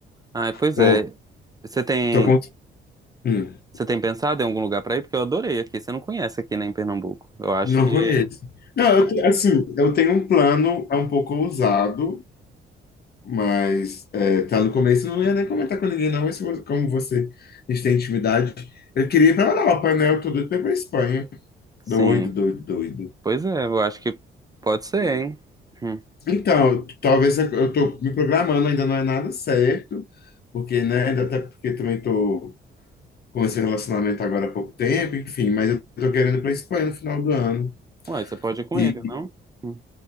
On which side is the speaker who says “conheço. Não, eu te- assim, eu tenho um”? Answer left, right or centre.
Left